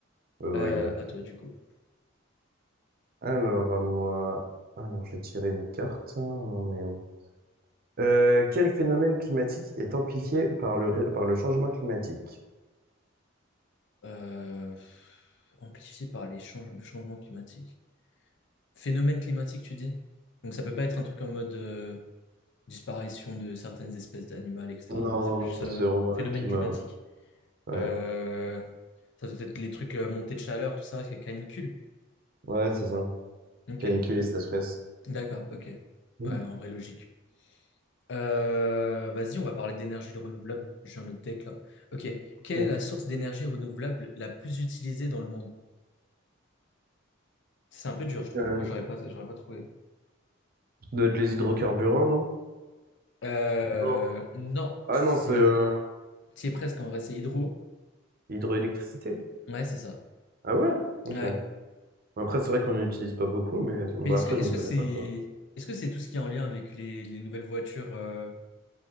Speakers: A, on the right; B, on the left.
A: Euh,
B: Euh,
A: why not?
B: à toi, du coup.
A: Alors, à moi... Alors, j'ai tiré une carte. On en est où? Euh, quel phénomène climatique est amplifié par le, ré- par le changement climatique?
B: Euh, amplifié par les change- le changement climatique. Phénomène climatique, tu dis? Donc ça peut pas être un truc en mode... euh, disparition de certaines espèces d'animales, etc.
A: Non,
B: Non, c'est plus
A: non,
B: euh,
A: c'est vraiment
B: phénomène
A: le climat,
B: climatique.
A: ouais. Ouais,
B: Euh, ça doit être les trucs euh, montée de chaleur, tout ça, canicule.
A: Ouais, c'est ça.
B: Ok,
A: Canicule et sécheresse.
B: d'accord, ok.
A: Mhm.
B: Ouais, en vrai, logique. Euh, vas-y, on va parler d'énergie renouvelable. J'ai un autre deck là. Ok,
A: Ok.
B: quelle est la source d'énergie renouvelable la plus utilisée dans le monde? C'est un peu dur, je trouve.
A: Euh,
B: Moi, j'aurais pas, j'aurais pas trouvé.
A: ça doit être les hydrocarburants, non?
B: Euh,
A: Non.
B: non,
A: Ah
B: c'est,
A: non, c'est euh,
B: c'est presque en vrai, c'est hydro.
A: hydroélectricité.
B: Ouais, c'est ça.
A: Ah ouais? Ok.
B: Ouais.
A: Après, c'est vrai qu'on n'utilise pas beaucoup, mais bah,
B: Mais est-ce
A: après,
B: que est-ce
A: je m'y
B: que
A: connais
B: c'est
A: pas trop.
B: est-ce que c'est tout ce qui est en lien avec les, les nouvelles voitures euh,